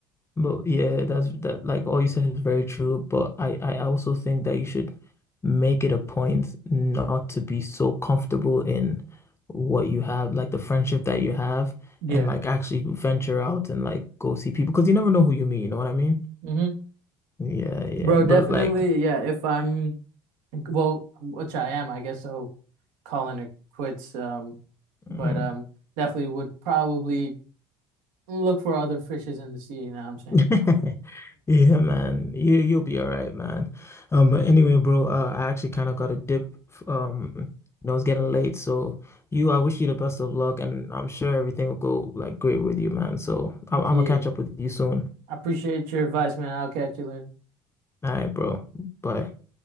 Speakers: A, on the left; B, on the right.
A: But yeah, that's that like all you said is very true, but I I also think that you should make it a point not to be so comfortable in what you have, like the friendship that you have,
B: Yeah.
A: and like actually venture out and like go see people because you never know who you meet, you know what I mean?
B: hmm
A: Yeah, yeah.
B: Bro,
A: But
B: definitely,
A: like
B: yeah. If I'm well, which I am, I guess so calling it quits. Um, but
A: mm,
B: um, definitely would probably look for other fishes in the sea. You know what I'm saying?
A: <laughs> Yeah, man.
B: <laughs>
A: You you'll be all right, man. Um, but anyway, bro, uh, I actually kind of got a dip. f- Um, you know, it's getting late, so you, I wish you the best of luck, and I'm sure everything will go like great with you, man. So I'm,
B: Yeah,
A: I'm gonna catch up with you soon.
B: I appreciate your advice, man. I'll catch you later.
A: All right, bro. Bye.